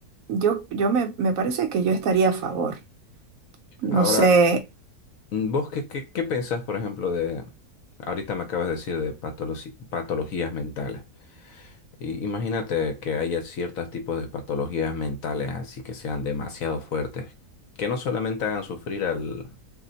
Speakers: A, on the right; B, on the left.
A: yo, yo me, me parece que yo estaría a favor. No
B: Ahora,
A: sé,
B: vos qué, qué, qué pensás, por ejemplo, de... Ahorita me acabas de decir de patologi- patologías mentales. y imagínate que haya ciertos tipos de patologías mentales así que sean demasiado fuertes, que no solamente hagan sufrir al,